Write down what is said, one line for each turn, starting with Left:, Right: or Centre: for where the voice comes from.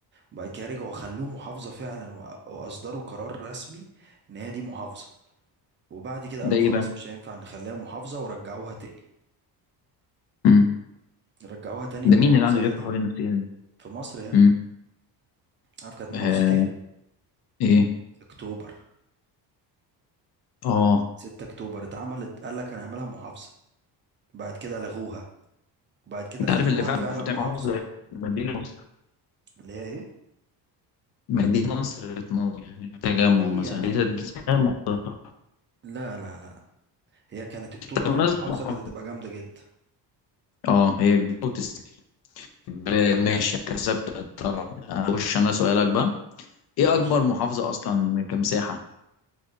Right: وبعد كده رجعوا خلوه محافظة فعلا وأ- وأصدروا قرار رسمي إن هي دي محافظة وبعد كده
Left: ده
Right: قالوا
Left: ايه
Right: خلاص
Left: بقى؟
Right: مش هينفع نخليها محافظة ورجعوها تاني
Left: مم.
Right: رجعوها تاني
Left: ده
Right: للمحافظة
Left: مين اللي قعدوا
Right: القديمة
Left: يلفوا حوالين النفسيه دي؟
Right: في مصر هنا
Left: مم.
Right: عارف كانت محافظة
Left: آه
Right: ايه؟
Left: ايه؟
Right: أكتوبر
Left: اه
Right: 6 أكتوبر اتعملت قال لك هنعملها محافظة بعد كده لغوها وبعد كده
Left: انت
Right: خلوها
Left: عارف اللي فعلا
Right: فعلا
Left: المفروض
Right: محافظة
Left: تعمل محافظ ده مدينه نصر
Right: اللي هي ايه؟
Left: مدينه نصر تنور يعني تجمع
Right: ليه
Left: مثلا
Right: يعني
Left: دي
Right: م-
Left: تجمع مختلطة.
Right: لا لا لا لا هي كانت أكتوبر
Left: طب
Right: لو
Left: نازل
Right: محافظة
Left: محافظ
Right: كانت هتبقى جامدة جدا
Left: اه هي كبيره وتستاهل ب- ماشي كسبت الطلب اخش انا سؤالك بقى ايه
Right: خش
Left: اكبر محافظه اصلا كمساحه